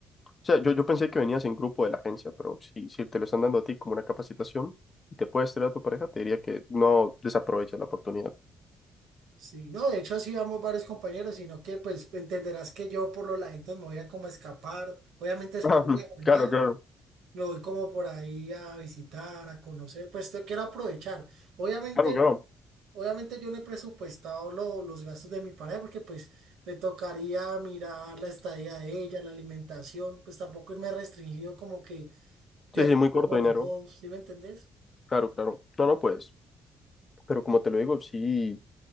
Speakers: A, on the left; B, on the right.
A: o sea, yo, yo pensé que venías en grupo de la agencia, pero si, si te lo están dando a ti como una capacitación y te puedes traer a tu pareja, te diría que no desaproveches la oportunidad. <laughs>
B: Sí, no, de hecho así vamos varios compañeros, sino que pues entenderás que yo por los laditos me voy a como escapar. Obviamente después
A: Ah,
B: de la jornada
A: Claro, claro,
B: me voy como por ahí a visitar, a conocer, pues te quiero aprovechar. Obviamente,
A: claro, claro.
B: obviamente yo no he presupuestado lo- los gastos de mi pareja porque pues me tocaría mirar la estadía de ella, la alimentación, pues tampoco irme restringido como que de
A: Sí,
B: aquí
A: sí, muy corto
B: como
A: dinero.
B: los dos, ¿sí me entendés?
A: Claro, claro. No, no, pues, pero como te lo digo, si,